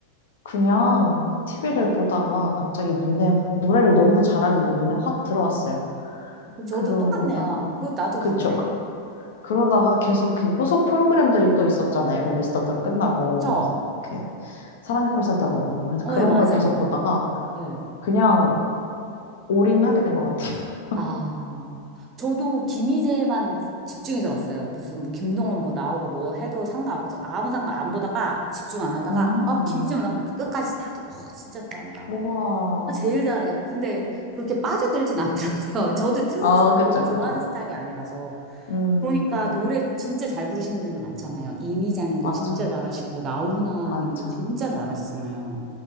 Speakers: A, on the left; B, on the right.
A: 그냥 TV를 보다가 갑자기 눈에, 노래를 너무 잘하길래 눈에 확 들어왔어요.
B: 그럼 저도
A: 그러다가,
B: 똑같네요. 그, 나도
A: 그쵸.
B: 그런데?
A: 그러다가 계속 그 후속 프로그램들이 또 있었잖아요. 그 미스터 트롯 끝나고
B: 그쵸?
A: 뭐 이렇게 사랑의 콜센터도 그렇고 그래서
B: 어,
A: 그런
B: 예, 맞아요.
A: 걸 계속 보다가
B: 예.
A: 그냥 올인하게 된 것 같아요. <laughs>
B: 아, 저도 김희재만 집중해서 봤어요. 무슨 뭐 김동원 뭐 나오고 뭐 해도 상관없어. 아무 상관 안 보다가 집중 안 하다가,
A: 음,
B: 어, 김희재만
A: 음.
B: 나오면 끝까지 다 두고, 어, 진짜 잘한다.
A: 우와.
B: 아, 제일 잘해. 근데 그렇게 빠져들진 않더라고요. <laughs> 저도 트롯을
A: 아,
B: 그렇게
A: 그쵸,
B: 좋아하는
A: 그쵸.
B: 스타일이 아니라서.
A: 음,
B: 그러니까 노래 진짜 잘 부르시는 분들 많잖아요. 이미자님도
A: 맞아,
B: 진짜 잘하시고 나훈아님도
A: 맞아.
B: 진짜 잘하시잖아요.